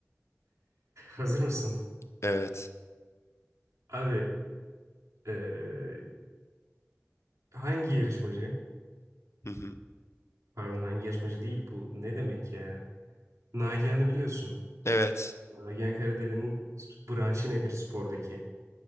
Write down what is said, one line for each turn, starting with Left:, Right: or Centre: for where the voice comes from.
Right: Hazır mısın?
Left: Evet.
Right: Abi eee, hangi yarışmacı?
Left: Hı hı.
Right: Pardon hangi yarışmacı değil bu. Ne demek ya? Nagihan'ı biliyorsun.
Left: Evet.
Right: Nagihan Karadere'nin branşı nedir spordaki?